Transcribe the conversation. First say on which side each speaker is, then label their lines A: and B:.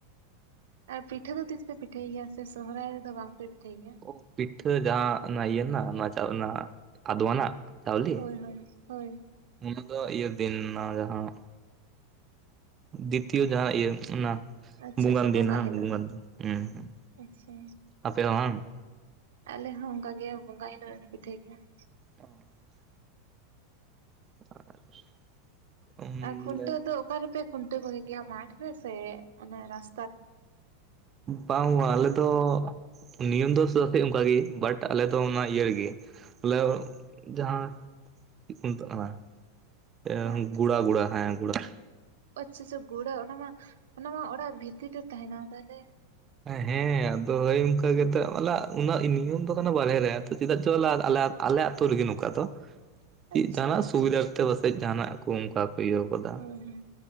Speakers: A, on the right (about 80°); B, on the right (about 30°).
A: ᱟᱨ ᱯᱤᱴᱷᱟᱹ ᱫᱚ ᱛᱤᱥ ᱯᱮ ᱯᱤᱴᱷᱟᱹᱭ ᱜᱮᱭᱟ? ᱥᱮ ᱥᱚᱦᱚᱨᱟᱭ ᱨᱮᱫᱚ ᱵᱟᱝ ᱯᱮ ᱯᱤᱴᱷᱟᱹᱭ ᱜᱮᱭᱟ?
B: ᱚ ᱯᱤᱴᱷᱟᱹ ᱡᱟᱦᱟᱸ ᱚᱱᱟ ᱤᱭᱟᱹ ᱱᱟᱜ ᱚᱱᱟ ᱪᱟᱣ ᱚᱱᱟ ᱟᱫᱣᱟ ᱱᱟᱜ ᱪᱟᱣᱞᱮ
A: ᱦᱳᱭ ᱦᱳᱭ ᱾
B: ᱚᱱᱟ ᱫᱚ ᱤᱭᱟᱹ ᱫᱤᱱ ᱚᱱᱟ ᱡᱟᱦᱟᱸ ᱫᱤᱛᱤᱭᱚ ᱡᱟᱦᱟᱸ ᱤᱭᱟᱹ ᱚᱱᱟ
A: ᱟᱪᱪᱷᱟ
B: ᱵᱚᱸᱜᱟᱱ
A: ᱟᱪᱪᱷᱟ
B: ᱫᱤᱱ
A: ᱵᱚᱸᱜᱟᱜ
B: ᱦᱟᱝ
A: ᱦᱤᱞᱳᱜ
B: ᱵᱚᱸᱜᱟᱱ ᱫᱤᱱ ᱦᱩᱸ ᱦᱩᱸ,
A: ᱟᱪᱪᱷᱟ
B: ᱟᱯᱮ ᱦᱚᱸ ᱦᱟᱝ?
A: ᱟᱞᱮ ᱦᱚᱸ ᱚᱱᱠᱟ ᱜᱮ ᱵᱚᱸᱜᱟ ᱦᱤᱞᱳᱜ ᱞᱮ ᱯᱤᱴᱷᱟᱹᱭ ᱜᱮᱭᱟ ᱾
B: <inaudible> <inaudible> ᱩᱢᱞᱮ
A: ᱠᱷᱩᱱᱴᱟᱹᱣ ᱫᱚ ᱚᱠᱟ ᱨᱮᱯᱮ ᱠᱷᱩᱱᱴᱟᱹᱣ ᱠᱚᱜᱮ ᱜᱮᱭᱟ ᱢᱟᱴᱷ ᱨᱮ ᱥᱮ ᱚᱱᱟ ᱨᱟᱥ
B: ᱵᱟᱝ ᱵᱟᱝ ᱟᱞᱮ ᱫᱚ ᱱᱤᱭᱚᱢ ᱫᱚ <unintelligible> ᱚᱱᱠᱟᱜᱮ ᱵᱟᱴ ᱟᱞᱮ ᱫᱚ ᱚᱱᱟ ᱤᱭᱟᱹ ᱨᱮᱜᱮ ᱵᱚᱞᱮ ᱡᱟᱦᱟᱸ ᱪᱮᱫ ᱠᱚ ᱢᱮᱛᱟᱜ ᱠᱟᱱᱟ ᱮ
A: ᱢᱟᱴᱷ
B: ᱜᱩᱲᱟ ᱜᱩᱲᱟ ᱦᱮᱸ ᱜᱩᱲᱟ ᱾
A: ᱟᱪᱪᱷᱟ ᱟᱪᱷᱟ ᱜᱳᱲᱟ ᱚᱱᱟ ᱢᱟ ᱚᱱᱟ ᱢᱟ ᱚᱲᱟᱜ ᱵᱷᱤᱛᱤᱨ ᱨᱮ ᱛᱟᱦᱮᱱᱟ ᱛᱟᱦᱚᱞᱮ
B: ᱦᱮᱸ ᱟᱫᱚ ᱦᱳᱭ ᱚᱱᱠᱟ ᱜᱮᱛᱚ <unintelligible> ᱩᱱᱟᱹᱜ ᱱᱤᱭᱚᱢ ᱫᱚ ᱠᱟᱱᱟ ᱵᱟᱨᱦᱮ ᱨᱮ ᱪᱮᱫᱟᱜ ᱪᱚ ᱟᱞᱮ ᱟᱞᱮ ᱟᱞᱮ ᱟᱛᱳ ᱨᱮᱜᱮ ᱱᱚᱝᱠᱟ ᱫᱚ, ᱪᱮᱫ
A: ᱟᱪᱪᱷᱟ
B: ᱡᱟᱦᱟᱱᱟᱜ
A: ᱦᱳᱭ
B: ᱥᱩᱵᱤᱫᱷᱟ ᱛᱮ ᱯᱟᱥᱮᱡ ᱡᱟᱦᱟᱱᱟᱜ ᱠᱚ ᱚᱱᱠᱟ ᱤᱭᱟᱹ ᱠᱟᱫᱟ
A: ᱦᱳᱭ